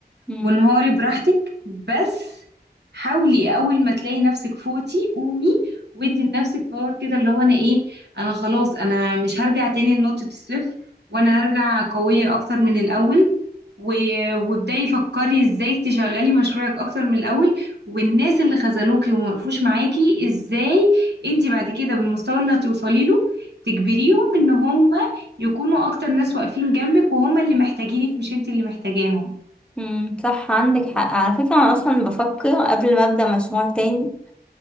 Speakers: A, in the centre; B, on the right.
A: مم.
B: ونهاري براحتك بس حاولي اول ما تلاقي نفسك فوتي قومي وادي لنفسك باور كده اللي هو انا ايه انا خلاص انا مش هرجع تاني لنقطة الصفر وانا هرجع قوية اكتر من الاول و... وابداي فكري ازاي تشغلي مشروعك اكتر من الاول والناس اللي خذلوكي وما وقفوش معاكي ازاي انت بعد كده بالمستوى اللي هتوصلي له تجبريهم ان هم يكونوا اكتر ناس واقفين جنبك وهم اللي محتاجينك مش انت اللي محتاجاهم
A: مم. صح عندك حق على فكرة انا اصلا بفكر قبل ما ابدأ مشروع تاني